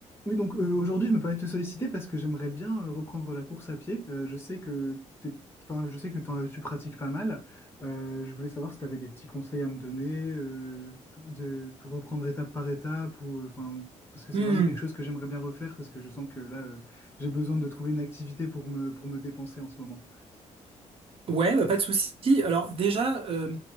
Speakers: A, on the left; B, on the right.
A: Oui, donc euh, aujourd'hui, je me permets de te solliciter parce que j'aimerais bien euh, reprendre la course à pied. Euh, je sais que t'es- enfin, je sais que t'en- tu pratiques pas mal. Euh, je voulais savoir si tu avais des petits conseils à me donner euh, de, pour reprendre étape par étape ou euh, enfin parce que c'est
B: Hmm.
A: vraiment quelque chose que j'aimerais bien refaire parce que je sens que là euh, j'ai besoin de trouver une activité pour me pour me dépenser en ce moment.
B: Ouais, bah, pas de souci. Alors déjà, euh,